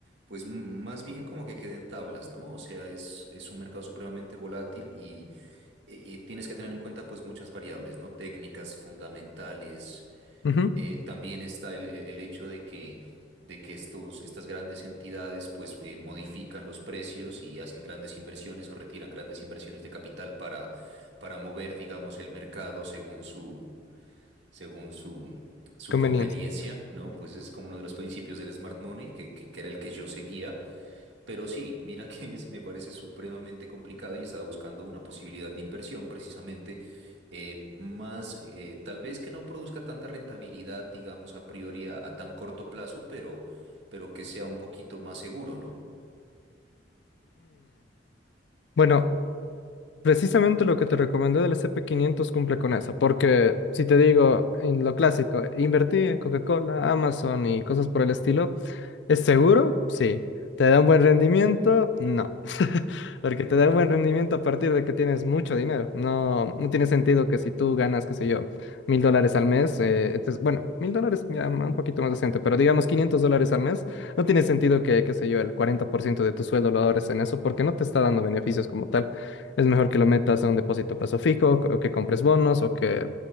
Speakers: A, on the right (about 65°); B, on the left (about 65°).
A: pues m- más bien como que queden tablas, ¿no? O sea, es, es un mercado supremamente volátil y, y- y tienes que tener en cuenta pues muchas variables, ¿no? Técnicas fundamentales
B: Ujú,
A: Eh, también está el, el hecho de que, de que estos, estas grandes entidades pues, eh, modifican los precios y hacen grandes inversiones o retiran grandes inversiones de capital para, para mover, digamos, el mercado según su, según su, su
B: Conveniencia.
A: conveniencia, ¿no? Pues es como uno de los principios del smart money, que, que, que era el que yo seguía. Pero sí, mira que es, me parece supremamente complicado y estaba buscando una posibilidad de inversión precisamente eh, más, eh, tal vez que no produzca tanta rentabilidad, digamos, a priori a, a tan corto plazo, pero, pero que sea un poquito más seguro, ¿no?
B: Bueno, precisamente lo que te recomendé del sp quinientos cumple con eso, porque si te digo en lo clásico, invertí en Coca-Cola, Amazon y cosas por el estilo, ¿Es seguro? Sí. ¿Te da un buen rendimiento? No. <laughs> Porque te da
A: Claro.
B: un buen rendimiento a partir de que tienes mucho dinero. No, no tiene sentido que si tú ganas, qué sé yo, mil dólares al mes, eh, este es- bueno, mil dólares ya ma- un poquito más decente, pero digamos 500 dólares al mes, no tiene sentido que, qué sé yo, el 40% de tu sueldo lo ahorres en eso porque no te está dando beneficios como tal. Es mejor que lo metas a un depósito a plazo fijo o que compres bonos o que